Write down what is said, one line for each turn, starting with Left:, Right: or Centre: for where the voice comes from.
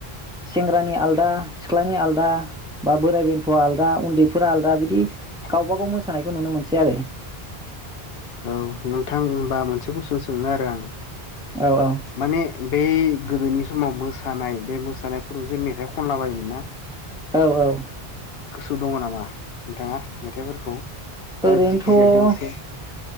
Centre: सेंग्रानि आलदा सिख्लानि आलदा बा बोराइ बेन्थ'आ आलादा उन्दैफोरा आलदा बिदि
Left: <inaudible>
Centre: गावबा गाव मोसानायखौ नुनो मोनसै आरो।
Left: औ नोंथां होमबा मोनसे कुइसन सोंनो आरो आं।
Centre: औ औ
Left: माने बै गोदोनि समाव मोस मोसानाय बे मोसानायफोराव जे मेथाइ खनला बायोमोन ना
Centre: औ औ।
Left: गोसोआव दङ नामा दा मेथाइफोरखौ? ना
Centre: ओरैनोथ'
Left: जिखि जाया दोंसे